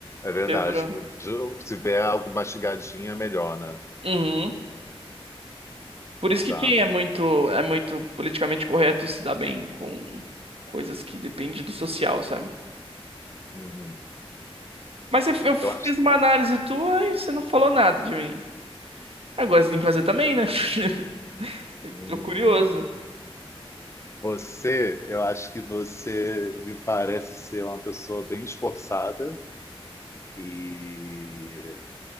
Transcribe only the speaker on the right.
É pra...
Uhum. Por
isso que quem é muito é muito politicamente correto se dá bem com coisas que dependem do social, sabe?
Mas eu eu fiz
uma análise tua e você não falou nada de mim. Agora você tem que fazer também, né? <laughs>
Tô curioso,